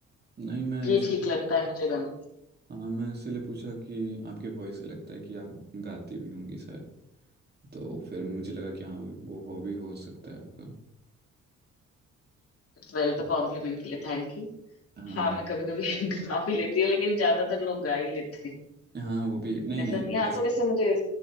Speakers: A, on the right (about 35°); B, on the left (about 50°).
A: नहीं मैं
B: ये
A: इस
B: ठीक लगता है मुझे गाना
A: हाँ मैं इसलिए पूछा कि आपके वॉइस से लगता है कि आप गाती भी होंगी शायद तो फिर मुझे लगा कि हाँ वो हॉबी हो सकता है आपका
B: वेल तो कॉम्प्लीमेंट के लिए थैंक यू
A: हाँ
B: हाँ मैं कभी कभी <laughs> गा भी लेती हूँ लेकिन ज्यादातर लोग गा ही लेते हैं
A: हाँ वो भी नहीं
B: ऐसा
A: नहीं
B: नहीं है। हाँ
A: ऐसे-
B: थोड़े से मुझे